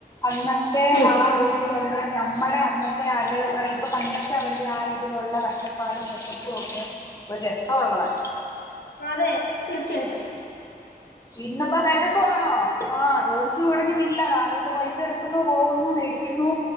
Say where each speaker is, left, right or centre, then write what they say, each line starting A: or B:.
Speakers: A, on the left (about 20°); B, on the left (about 85°).
A: അന്നത്തെ
B: ഉം
A: ആ ഒരിതിലുള്ള നമ്മടെ അന്നത്തെ ആള് ഇപ്പൊ പണ്ടത്തെ അവരുടെ ആ ഇതിലുള്ള കഷ്ടപ്പാടും വിശപ്പുഒക്കെ ഒരു രസവാങ്ങള്
B: അതെ തീർച്ചയായിട്ടും
A: ഇന്നിപ്പം വെഷക്ക്‌ആണോ ആഹ് ചോദിച്ചു പറഞ്ഞു ഇല്ല കാരോട്ട് പൈസ എട്ക്കുന്നു പോകുന്നു മേടിക്കുന്നു